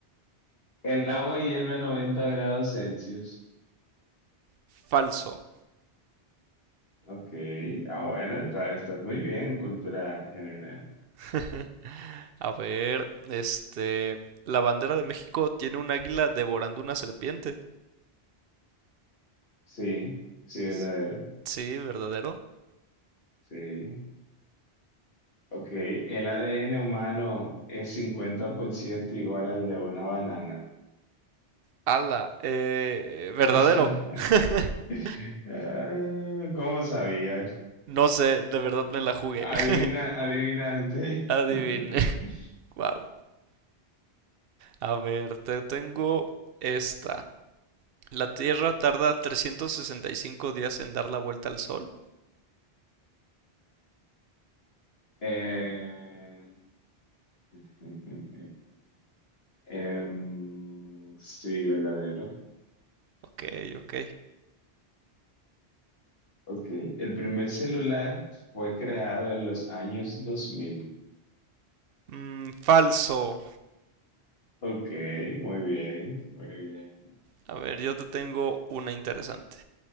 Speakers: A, on the left (about 65°); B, on the right (about 65°).
A: <laughs> El agua hierve a 90 grados Celsius.
B: Falso.
A: Ok. Ah, bueno, está, estás muy bien en cultura general.
B: <laughs> A ver, este, la bandera de México tiene un águila devorando una serpiente.
A: Sí, sí,
B: S-
A: verdadero.
B: Sí, verdadero.
A: Sí. Ok. El ADN humano es 50% igual al de una banana.
B: Ala, eh, verdadero.
A: <laughs>
B: <laughs>
A: Ah, ¿Cómo sabías?
B: No sé, de verdad me la jugué. <laughs>
A: Adivina, adivinaste.
B: Adivine.
A: <laughs>
B: <laughs> Wow. A ver, te tengo esta. La Tierra tarda 365 días en dar la vuelta al Sol.
A: Eh, <laughs> em, sí, verdadero.
B: Ok, ok.
A: Ok. El primer celular fue creado en los años 2000.
B: Mm, falso.
A: Ok, muy bien, muy bien.
B: A ver, yo te tengo una interesante.